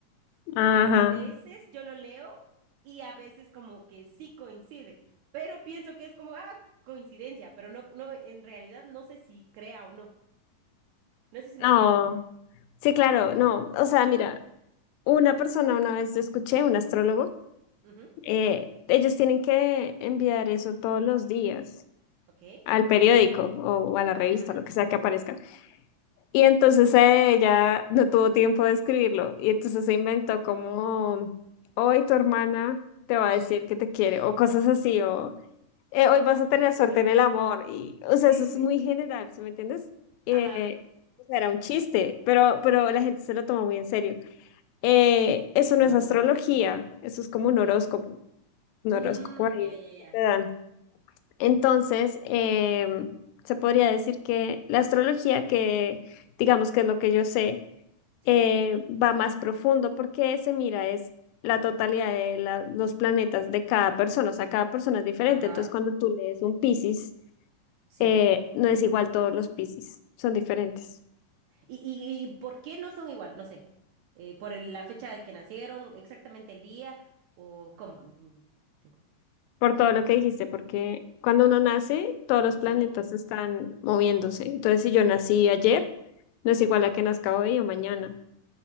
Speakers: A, on the left; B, on the right.
A: Ajá.
B: A veces yo lo leo y a veces como que sí coincide, pero pienso que es como, ah, coincidencia, pero no, no, en realidad no sé si crea o no. No sé si
A: No.
B: me doy a entender.
A: Sí, claro, no. O sea, mira, una persona una vez yo escuché, un astrólogo,
B: Ujú,
A: eh, ellos tienen que enviar eso todos los días
B: Ok.
A: al periódico o, a la
B: Ajá,
A: revista, lo que sea que aparezca. Y entonces eh, ella no tuvo tiempo de escribirlo y entonces se inventó como, hoy tu hermana te va a decir que te quiere o cosas así o... eh, hoy vas a tener
B: sí,
A: suerte
B: justo eso.
A: en el amor. Y, o sea,
B: Sí,
A: eso es
B: sí. sí.
A: muy general, ¿sí me entiendes? Eh,
B: Ajá,
A: o sea, era un chiste, pero, pero la gente se lo toma muy en serio. Eh, eso no es astrología, eso es como
B: ok.
A: un horóscopo, un
B: Mm,
A: horóscopo ahí
B: ya, ya, ya.
A: que te dan. Entonces, eh, se podría decir que la astrología, que digamos que es lo que yo sé,
B: Sí,
A: eh, va más profundo porque se mira es la totalidad de la- los planetas de cada persona, o sea, cada persona es diferente.
B: ajá,
A: Entonces, cuando tú lees un Piscis,
B: sí.
A: eh, no es igual todos los Piscis, son diferentes.
B: ¿Y, y, y por qué no son igual? No sé. Eh, ¿por el- la fecha de que nacieron, exactamente el día o cómo? Mm, te-
A: Por todo lo que dijiste, porque cuando uno nace, todos los
B: Sí.
A: planetas están moviéndose. Entonces, si yo nací ayer, no es igual a que nazca hoy o mañana.